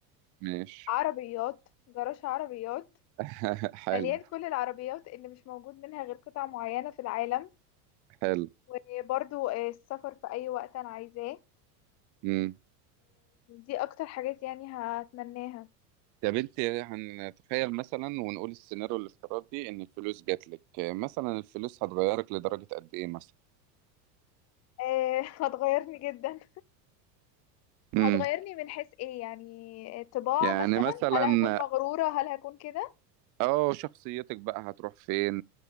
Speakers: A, on the right (about 45°); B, on the left (about 35°).
A: ماشي
B: عربيات جراج عربيات
A: <laughs> حلو
B: مليان كل العربيات اللي مش موجود منها غير قطع معينة في العالم
A: حلو
B: وبرضو إيه، السفر في اي وقت انا عايزاه
A: امم
B: دي اكتر حاجات يعني هتمناها
A: طب انت هنتخيل مثلا ونقول السيناريو الافتراضي ان الفلوس جات لك مثلا الفلوس هتغيرك لدرجة قد ايه مثلا
B: إيه <laughs> هتغيرني جدا
A: امم
B: هتغيرني من حيث ايه يعني طباع
A: يعني
B: مثلا
A: مثلا
B: هل هكون مغرورة هل هكون كده
A: اه شخصيتك بقى هتروح فين